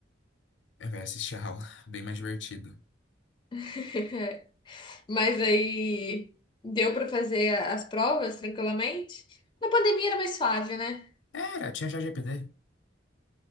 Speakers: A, on the left (about 80°); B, on the left (about 25°).
A: Ao invés de assistir a aula, <laughs> bem mais divertido.
B: <laughs> Mas aí deu para fazer as provas tranquilamente? Na pandemia era mais suave, né?
A: Era, tinha ChatGPT.